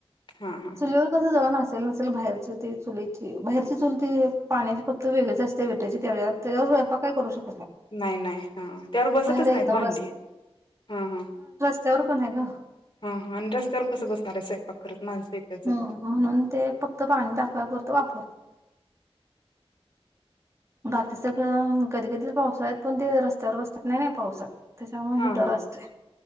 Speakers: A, on the left; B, on the right.
A: हा हा
B: चुलीवर कसं जेव अस असल नसेल बाहेरच ते चुलीत बाहेरची चुल ती पाण्याची फक्त वेगळी च असते, विटची त्याच्यावर स्वयंपाक काय करू शकतो?
A: नाही, नाही हा त्यावर बसतच
B: एकदम
A: नाहीत भांडी हा हा
B: चवर पण आहे ग
A: हा हा आणि रस्त्यावर कसं बसणार आहे स्वयंपाक करत माणसं येतात जातात
B: हम म्हणून ते फक्त पाणी तापवाय पुरत वापरते बाकी सगळं कधी कधी तर पावसाळ्यात पण ते रस्त्यावर बसतात नाही नाही पावसात त्याच्यामुळे
A: हा
B: हिटर
A: हा
B: असते.